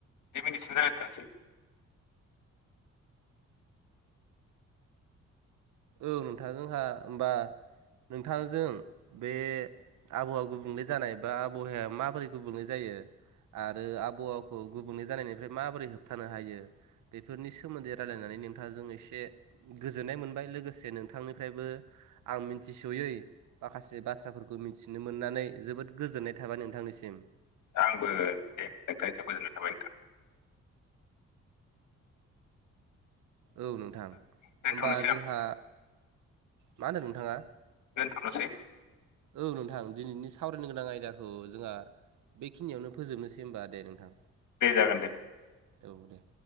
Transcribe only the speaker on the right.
औ नोंथां जोंहा ओमबा नोंथांजों बे आबहावा गुबुंले जानाय एबा आबहावाया माबोरै गुबुंले जायो आरो आबहावा गुबुंले जानायनिफ्राय माबोरै होबथानो हायो बेफोरनि सोमोन्दै रायलायनानै नोंथांजों एसे गोजोननाय मोनबाय लो गोसे नोंथांनिफ्रायबो आं मिथिसयै माखासे बाथ्राफोरखौ मिथिनो मोननानै जोबोद गोजोननाय थाबाय नोंथांनिसिम।
औ नोंथां
ओमबा जोंहा मा होनदो नोंथाङा?
औ नोंथां दिनैनि सावरायनो गोनां आयदाखौ जोङा बेखिनियावनो फोजोबनोसै ओमबा दे नोंथां।
औ दे।